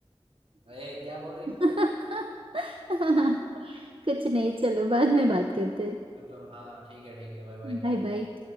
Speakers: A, on the right; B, on the right.
A: अरे क्या बोल रही
B: <laughs> कुछ नहीं चलो बाद में बात करते हैं
A: चलो हाँ ठीक है ठीक है बाय बाय
B: Bye bye